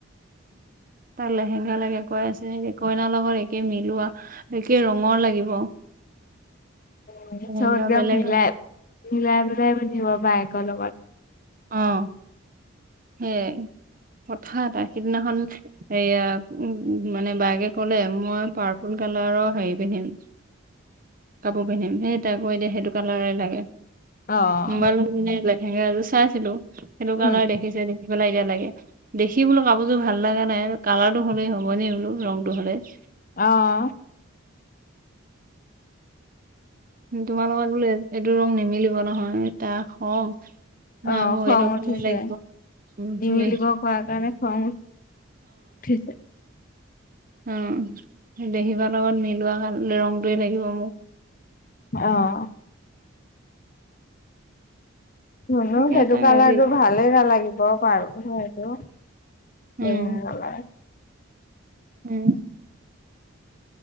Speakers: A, on the right; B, on the left.
A: তাই লেহেংগা লাগে কৈ আছে, সেই কইনাৰ লগত একে মিলোৱা। একে ৰঙৰ লাগিব।
B: উমহো
A: লেহেংগা
B: চব একদম
A: বেলেগ
B: মিলাই মিলাই মিলাই পিন্ধিব বায়েকৰ লগত।
A: অঁ সেইয়াই। কথা এটা সিদিনাখন এইয়া উম মানে বায়েকে কলে মই পাৰ্পল কালাৰৰ হেৰি পিন্ধিম কাপোৰ পিন্ধিম সেই তাইকো এতিয়া সেইটো কালাৰে লাগে।
B: অ',
A: মোবাইলত মানে লেহেংগা এযোৰ চাইছিলো, সেইটো কালাৰ
B: উম,
A: দেখিছে দেখি পেলাই এতিয়া লাগে। দেখি বোলো কাপোৰযোৰ ভাল লগা নাই, আৰু কালাৰটো হ'লেই হ'বনি বোলো ৰঙটো হ'লেই।
B: অঁ
A: তোমাৰ লগত বোলে এই এইটো ৰং নিমিলিব নহয়, তাৰ খং। নাই
B: অ',
A: মোক
B: খং
A: এইটো
B: উঠিছে।
A: কালাৰে লাগিব, উম
B: নিমিলিব
A: দেই।
B: কোৱাৰ কাৰণে খং উঠ উঠিছে।
A: উম দেখিবাৰ লগত মিলোৱা ৰংটোয়ে লাগিব মোক।
B: অঁ শুনো
A: তাকে
B: সেইটো
A: তাক
B: কালাৰটো
A: আজি
B: ভালেই নালাগিব বাৰু সেইটো।
A: উম
B: <unintelligible>
A: উম।